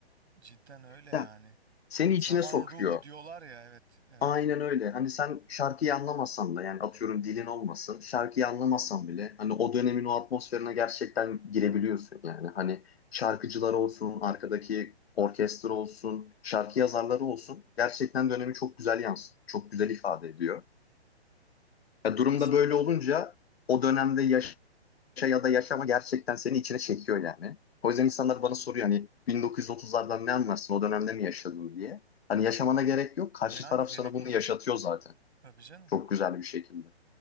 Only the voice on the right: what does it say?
cidden öyle yani.
Zamanın
ruhu diyorlar ya evet evet
kesinlikle.
Yani
gerek
yok.
Tabii canım.